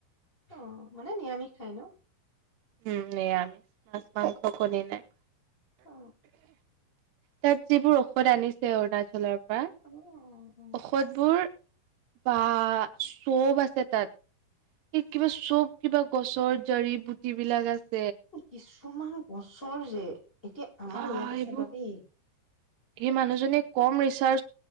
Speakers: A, on the left; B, on the right.
A: অ মানে নিৰামিষ খাই ন
B: উম নিৰামিষ মাছ মাংস কণী নাই
A: অ
B: তাত যিবোৰ ঔষধ আনিছে অৰুণাচলৰ <unintelligible>
A: অ অ
B: ঔষধবোৰ বা চব আছে তাত এই কিবা চব কিবা গছৰ জাৰি বুটি বিলাক আছে
A: কিছুমান গছৰ যে এতিয়া আমাৰ
B: বা
A: ইয়াতে
B: এইবোৰ
A: চাবা দেই
B: সেই মানুহজনে কম ৰিচাৰ